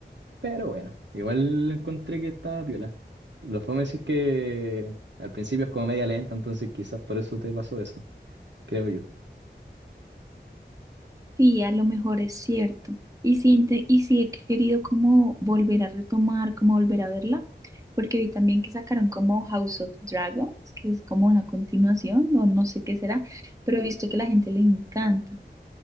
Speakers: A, on the right (about 75°); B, on the right (about 20°).
A: Pero bueno, igual encontré que estaba piola. Lo fome sí es que al principio es como media lenta, entonces quizás por eso te pasó eso, creo yo.
B: Sí, a lo mejor es cierto. Y sí, inte- y sí he querido como volver a retomar, como volver a verla, porque vi también que sacaron como House of Dragons, que es como una continuación, o no sé qué será, pero he visto que a la gente le encanta.